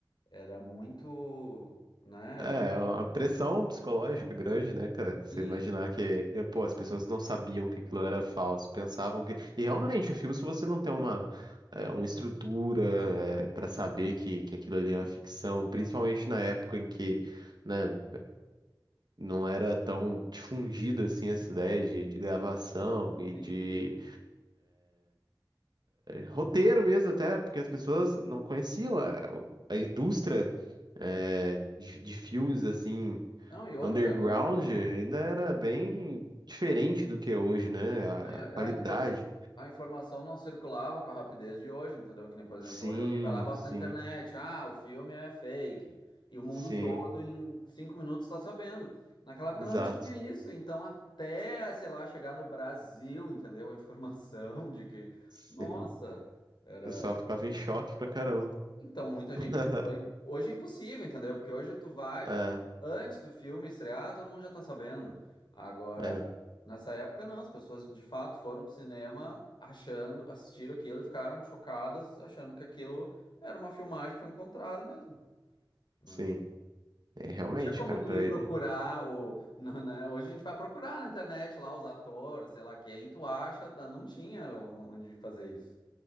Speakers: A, on the left; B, on the right.
A: era muito, né? Era
B: É, é uma pressão psicológica grande, né, cara? Você
A: sim,
B: imaginar que, pô, as pessoas não sabiam que aquilo era falso, pensavam que. E realmente, o filme, se você não tem uma, é, uma estrutura, é, para saber que, que aquilo ali é uma ficção, principalmente na época em que, né, não era tão difundida assim essa ideia de, de gravação e
A: sim.
B: de roteiro mesmo até, porque as pessoas não conheciam a, a indústria é, de, de filmes assim
A: Não, e outra,
B: underground
A: não.
B: ainda era bem diferente do que é hoje, né? A,
A: Não,
B: a
A: e A,
B: qualidade.
A: a infor- a informação não circulava com a rapidez de hoje, entendeu? Que nem, por exemplo,
B: Sim,
A: hoje alguém vai lá e bota
B: sim,
A: na internet, ah, o filme é fake. E o mundo
B: sim,
A: todo em cinco minutos está sabendo. Naquela época
B: exato.
A: não tinha isso, então até, sei lá, chegar no Brasil, entendeu? A informação de que,
B: Sim.
A: nossa,
B: O
A: era.
B: pessoal ficava em choque pra caramba.
A: Então, muita
B: <laughs>
A: gente foi. Hoje é impossível, entendeu? Porque hoje tu vai,
B: É,
A: antes do filme estrear, todo mundo já tá sabendo. Agora,
B: é,
A: nessa época, não. As pessoas de fato foram pro cinema achando, assistiram aquilo e ficaram chocadas, achando que aquilo era uma filmagem que foi encontrada mesmo, né?
B: sim. É, realmente,
A: Não tinha como
B: cara,
A: tu
B: pra
A: ir
B: ele.
A: procurar o, <laughs> né? Hoje a gente vai procurar na internet lá os atores, sei lá quem, tu acha, não tinha onde fazer isso.